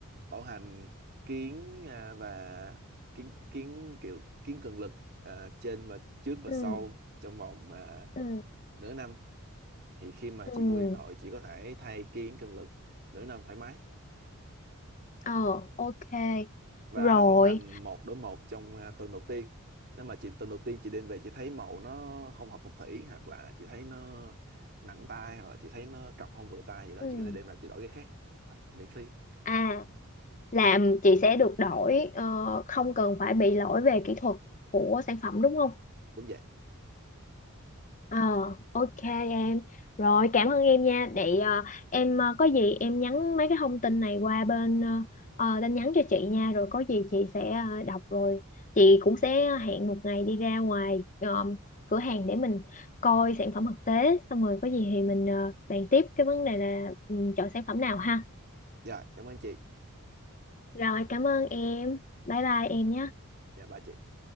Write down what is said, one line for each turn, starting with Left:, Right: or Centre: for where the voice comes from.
Right: bảo hành kiến à, và kiến kiến kiểu kiến cường lực à, trên và trước và
Left: ừ
Right: sau trong vòng à,
Left: ừ
Right: nửa năm thì khi mà
Left: ừ
Right: chị mua điện thoại chị có thể thay kiến cường lực nửa năm thoải mái
Left: ờ ok
Right: và
Left: rồi
Right: bảo hành một đối một trong à, tuần đầu tiên nếu mà chị tuần đầu tiên chị đem về chị thấy màu nó không hợp phong thủy hoặc là chị thấy nó nặng tay hoặc là chị thấy nó cọc không vừa tay gì đó
Left: ừ
Right: chị có thể đem ra chị đổi cái khác miễn phí
Left: à làm chị sẽ được đổi ờ, không cần phải bị lỗi về kỹ thuật của sản phẩm đúng không
Right: đúng vậy
Left: Ờ, ok em. Rồi, cảm ơn em nha. Để ờ, em ờ, có gì em nhắn mấy cái thông tin này qua bên ờ, ờ, tin nhắn cho chị nha. Rồi có gì chị sẽ ờ, đọc rồi. Chị cũng sẽ hẹn một ngày đi ra ngoài ờ, cửa hàng để mình coi sản phẩm thực tế. Xong rồi có gì thì mình ờ, bàn tiếp cái vấn đề là ừ, chọn sản phẩm nào ha.
Right: Dạ, cảm ơn chị.
Left: Rồi, cảm ơn em. Bye bye em nhé.
Right: Dạ, ba chị.